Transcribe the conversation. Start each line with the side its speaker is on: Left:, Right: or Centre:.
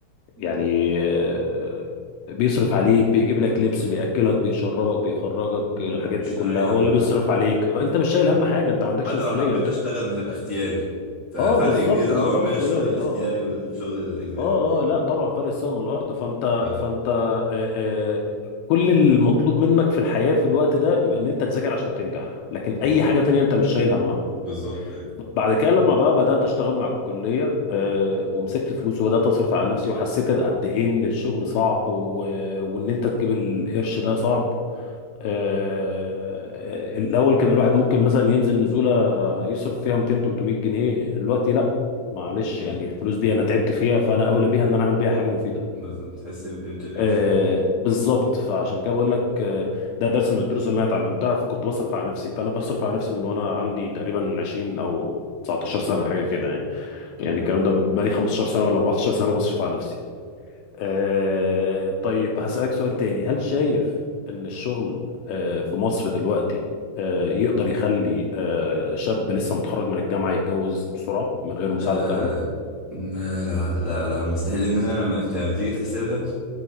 Right: وكده
Left: يعني آه، بيصرف عليك بيجيب لك لبس بياكلك بيشربك بيخرجك
Right: م-
Left: الحاجات
Right: مش
Left: دي كلها
Right: ناعي
Left: هو
Right: هم
Left: اللي
Right: حاجة
Left: بيصرف عليك آه، انت مش شايل هم حاجه انت ما عندكش
Right: حتى
Left: مسؤوليه
Right: لو حبيت
Left: انت
Right: اشتغل بتبقى اختياري ففرق
Left: اه بالظبط
Right: كبير قوي
Left: الموضوع
Right: ما بين
Left: اختياري
Right: الشغل الاختياري
Left: اه
Right: والشغل الاجباري
Left: اه اه لا طبعا فرق السما من الارض فانت
Right: ف
Left: فانت آه آه كل المطلوب منك في الحياه في الوقت ده بيبقى ان انت تذاكر عشان تنجح لكن
Right: مم.
Left: اي حاجه تانية انت مش شايل همها
Right: بالظبط يعني
Left: بعد كده لما بقى بدأت أشتغل مع الكلية آه، ومسكت فلوس وبدأت أصرف على نفسي وحسيت قد إيه إن الشغل صعب و... وإن أنت تجيب القرش ده صعب آه، آه، الأول كان الواحد ممكن مثلا ينزل نزولة يصرف فيها 200 300 جنيه دلوقتي لأ معلش
Right: مم.
Left: يعني الفلوس دي أنا تعبت فيها فأنا أولى بيها إن أنا أعمل بيها حاجة مفيدة
Right: بالظبط تحس بقيمة القرش
Left: آه
Right: يعني
Left: بالظبط فعشان كده بقول لك آه ده درس من الدروس اللي انا اتعلمتها فكنت بصرف على نفسي فانا بصرف على نفسي من وانا عندي تقريبا 20 او 19 سنه حاجه كده يعني
Right: مم.
Left: يعني الكلام ده بقالي 15 سنه ولا 14 سنه بصرف على نفسي آه طيب هسألك سؤال تاني هل شايف ان الشغل آه في مصر دلوقتي آه يقدر يخلي آه شاب لسه متخرج من الجامعه يتجوز بسرعه من غير مساعده
Right: آه...
Left: اهله
Right: لا لا لا لا، مستحيل ان انا لما أنت لما تيجي تحسبها